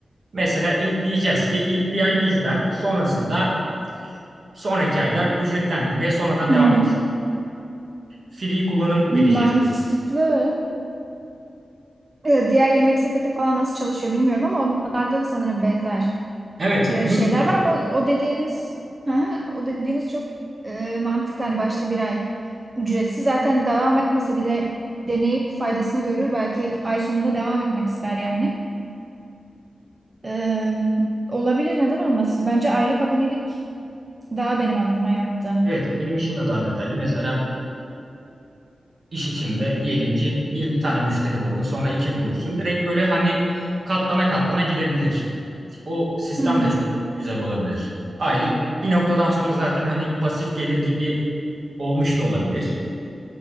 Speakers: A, on the right; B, on the right.
A: Mesela ilk diyeceğiz ki ilk bir ay bizden sonrasında sonraki aylar ücretlendirmeye sonradan
B: Hı
A: devam
B: hı.
A: edecek. Free kullanım
B: Mantıklı.
A: vereceğiz.
B: e, diğer yemek sepeti falan nasıl çalışıyor bilmiyorum ama onlarda da sanırım benzer
A: Evet,
B: e,
A: YouTube'da
B: şeyler
A: özellikle.
B: var ama o, o dediğiniz hı hı, o dediğiniz çok e, mantıklı. Hani başta bir ay ücretsiz zaten devam etmese bile deneyip faydasını görür. Belki ay sonunda devam etmek ister yani. E, olabilir neden olmasın? Bence aylık abonelik daha benim aklıma yattı.
A: Evet, benim işim de daha detaylı. Mesela bu iş içinde diyelim ki bir tane müşteri buldun sonra iki bulursun. Direkt böyle hani katlana katlana gidebilir. O sistem
B: Hı hı.
A: de çok güzel olabilir. Aylık bir noktadan sonra zaten hani pasif gelir gibi olmuş da olabilir.